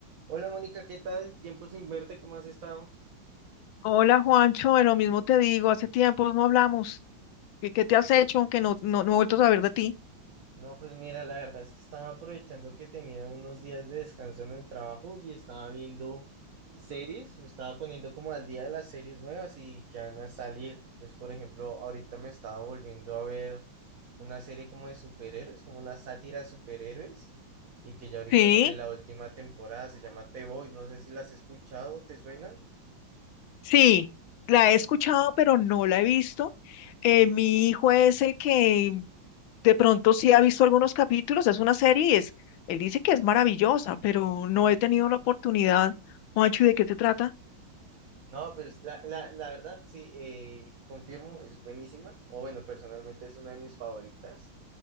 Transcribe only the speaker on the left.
Hola Juancho, de lo mismo te digo, hace tiempo no hablamos. ¿Qué, qué te has hecho? Aunque no, no, no he vuelto a saber de ti.
Sí,
sí, la he escuchado, pero no la he visto. Eh, mi hijo es el que de pronto sí ha visto algunos capítulos, es una serie, y es, él dice que es maravillosa, pero no he tenido la oportunidad. Juancho, ¿y de qué te trata?